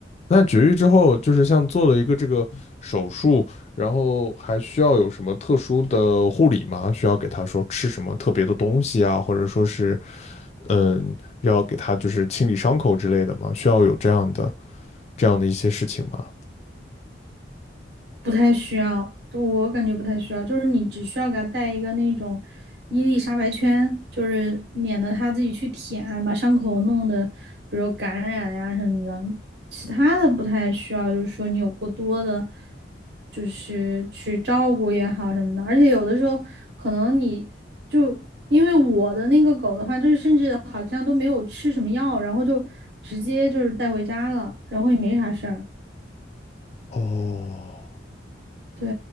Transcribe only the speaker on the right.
不太需要，对我感觉不太需要，就是你只需要给它带一个那种伊丽莎白圈，就是免得它自己去舔啊，把伤口弄得比如感染呀、什么的。其他的不太需要，就是说你有过多的，就是去照顾也好什么的。而且有的时候可能你就因为我的那个狗的话，就是甚至好像都没有吃什么药，然后就直接就是带回家了，然后也没啥事儿。
对，